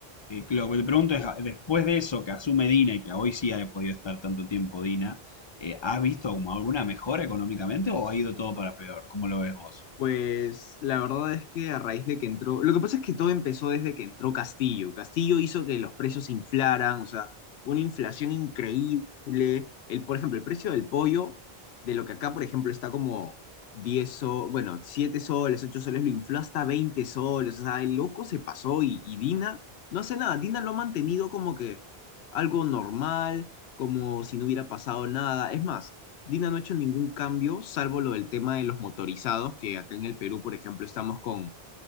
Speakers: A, on the left; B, on the left.
A: eh, lo que te pregunto es, después de eso que asume Dina y que hoy sí ha podido estar tanto tiempo Dina, eh, ¿has visto como alguna mejora económicamente o ha ido todo para peor? ¿Cómo lo ves vos?
B: Pues la verdad es que a raíz de que entró, lo que pasa es que todo empezó desde que entró Castillo. Castillo hizo que los precios se inflaran, o sea, una inflación increíble. El, por ejemplo, el precio del pollo, de lo que acá, por ejemplo, está como 10 soles, bueno, 7 soles, 8 soles, lo infló hasta 20 soles. O sea, el loco se pasó y, y Dina no hace nada. Dina lo ha mantenido como que algo normal, como si no hubiera pasado nada. Es más. Dina no ha hecho ningún cambio, salvo lo del tema de los motorizados, que acá en el Perú, por ejemplo, estamos con,